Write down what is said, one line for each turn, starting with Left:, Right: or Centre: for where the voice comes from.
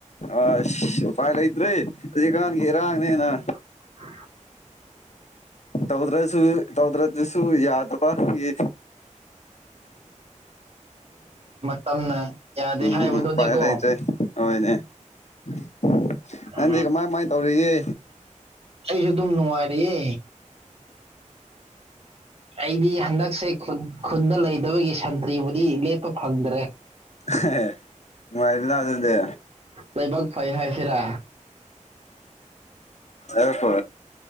Left: ꯑꯁ ꯎꯄꯥꯏ ꯂꯩꯇꯔꯦ ꯍꯧꯖꯤꯛꯀꯥꯟꯒꯤ ꯏꯔꯥꯡꯅꯦꯅ
Right: <unintelligible>
Left: ꯇꯧꯗ꯭ꯔꯁꯨ ꯇꯧꯗ꯭ꯔꯗꯁꯨ ꯌꯥꯗꯕ ꯌꯦ
Right: ꯇꯝꯅ ꯌꯥꯗꯦ
Left: ꯎꯝ
Right: ꯍꯥꯏꯕꯗꯨꯅꯦꯀꯣ
Left: ꯎꯄꯥꯏ ꯂꯩꯇ꯭ꯔꯦ ꯍꯣꯏꯅꯦ <inaudible> ꯅꯪꯗꯤ
Right: ꯎ
Left: ꯀꯃꯥꯏ ꯀꯃꯥꯏ ꯇꯧꯔꯤꯒꯦ
Right: ꯑꯩꯁꯨ ꯑꯗꯨꯝ ꯅꯨꯡꯉꯥꯏꯔꯤꯌꯦ ꯑꯩꯗꯤ ꯍꯟꯗꯛꯁꯦ ꯈꯨꯟꯗ ꯂꯩꯗꯕꯒꯤ ꯁꯟꯇ꯭ꯔꯤꯕꯕꯨꯗꯤ ꯂꯦꯞꯄ ꯐꯪꯗ꯭ꯔꯦ
Left: ꯍ ꯃꯔꯤꯗ ꯑꯗꯨꯗꯦ
Right: ꯂꯩꯥꯏꯕꯥꯛ ꯐꯩ ꯍꯥꯏꯁꯤꯔꯥ
Left: ꯑ ꯀꯣ